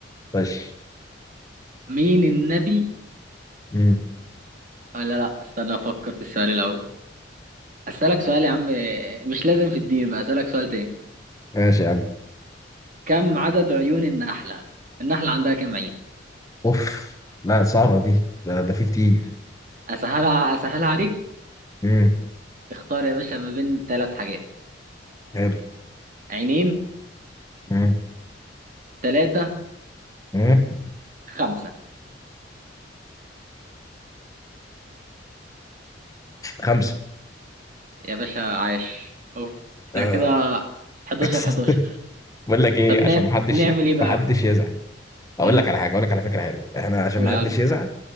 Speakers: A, on the left (about 20°); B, on the right (about 45°).
A: ماشي
B: مين النبي
A: مم.
B: ولا لا استنى افكر في السؤال الاول أسألك سؤال يا عم مش لازم في الدين بقى أسألك سؤال تاني
A: ماشي يا عم
B: كم عدد عيون النحلة؟ النحلة عندها كم عين؟
A: اوف لا صعبة دي ده ده في كتير
B: أسهلها أسهلها عليك
A: مم.
B: اختار يا باشا ما بين ثلاث حاجات
A: حلو
B: عينين
A: مم.
B: ثلاثة
A: مم.
B: خمسة
A: خمسة
B: يا باشا عايش أوف احنا
A: آه.
B: كده 11
A: <laughs>
B: 11
A: بقول لك ايه
B: طب نا-
A: عشان محدش
B: نعمل إيه بقى؟
A: محدش يزعل اقول
B: امم
A: لك على حاجه اقول لك على فكره حلوه احنا عشان
B: قول
A: ما
B: لي
A: حدش
B: على الفكرة.
A: يزعل